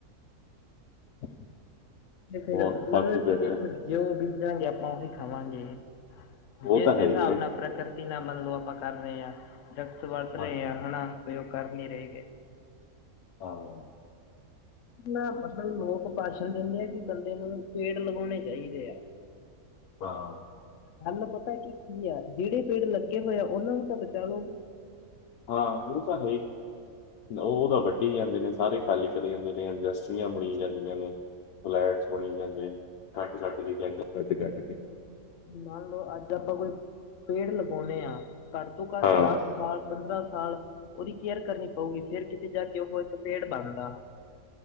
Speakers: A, on the left; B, on the left.
A: <inaudible> ਤੇ ਫੇਰ
B: ਉਹ ਬਾਕੀ
A: ਮਤਲਬ
B: ਫਿਰ
A: ਕਿ ਦੇਖੋ ਜੋ ਬੀਜਾਂਗੇ ਆਪਾਂ ਉਹੀ ਖਾਵਾਂਗੇ।
B: ਉਹ
A: ਜਿਸ
B: ਤਾਂ
A: ਹਿਸਾਬ
B: ਹੈ ਹੀ ਵੀਰੇ
A: ਨਾਲ ਪ੍ਰਕਿਰਤੀ ਨਾਲ ਮੰਨ ਲੋ ਆਪਾਂ ਕਰ ਰਹੇ ਆ ਦਰੱਖਤ ਵੱਢ ਰਹੇ
B: ਹਾਂਜੀ
A: ਆ ਹਨਾ ਜੋ ਕਰ ਨ੍ਹੀਂ ਰਹੇ ਗੇ।
B: ਹਾਂ।
A: ਨਾ ਮਤਲਬ ਲੋਕ ਭਾਸ਼ਣ ਦਿੰਦੇ ਆ ਕਿ ਬੰਦੇ ਨੂੰ ਪੇੜ ਲਗਾਉਣੇ ਚਾਹੀਦੇ ਆ।
B: ਹਾਂ
A: ਗੱਲ ਪਤਾ ਕੀ- ਕੀ ਆ ਜਿਹੜੇ ਪੇੜ ਲੱਗੇ ਹੋਏ ਆ ਉਹਨਾਂ ਨੂੰ ਤਾਂ ਬਚਾ ਲੋ।
B: ਹਾਂ ਉਹ ਤਾਂ ਹੈ ਹੀ ਉਹ ਤਾਂ ਵੱਢੀ ਜਾਂਦੇ ਨੇ ਸਾਰੇ ਖਾਲੀ ਕਰੀ ਜਾਂਦੇ ਨੇ ਇੰਡਸਟਰੀਆ ਬਣੀ ਜਾਂਦੀਆਂ ਨੇ। ਫਲੈਟਸ ਬਣੀ ਜਾਂਦੇ ਕੱਟ- ਕੱਟ ਕੇ ਜੰਗਲ ਕੱਟ -ਕੱਟ ਕੇ
A: ਮੰਨ ਲਓ ਅੱਜ ਆਪਾਂ ਕੋਈ ਪੇੜ ਲਗਾਉਂਣੇ ਆ ਘੱਟ ਤੋਂ ਘੱਟ
B: ਹਾਂ
A: ਦਸ ਸਾਲ ਪੰਦਰਾਂ ਸਾਲ ਉਹਦੀ ਕੇਅਰ ਕਰਨੀ ਪਊਗੀ ਫੇਰ ਕਿਤੇ ਜਾ ਕੇ ਉਹ ਇੱਕ ਪੇੜ ਬਣਦਾ।